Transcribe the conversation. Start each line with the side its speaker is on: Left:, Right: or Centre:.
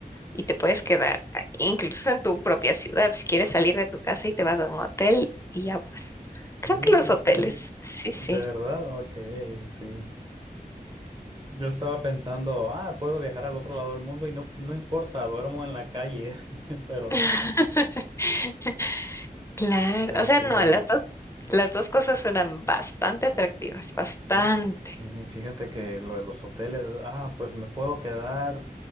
Left: y te puedes quedar ah, incluso en tu propia ciudad, si quieres salir de tu casa y te vas a un hotel, y ya pues.
Right: Sí,
Left: Creo que los hoteles,
Right: claro.
Left: sí, sí.
Right: De verdad, ok, sí. Yo estaba pensando, ah, puedo viajar al otro lado del mundo y no, no importa, duermo en la calle, <laughs> pero,
Left: <laughs> Claro,
Right: pero
Left: o sea,
Right: sí,
Left: no,
Right: lo es.
Left: las dos, las dos cosas suenan bastante atractivas, bastante.
Right: Sí, Sí, fíjate que lo de los hoteles, ah, pues me puedo quedar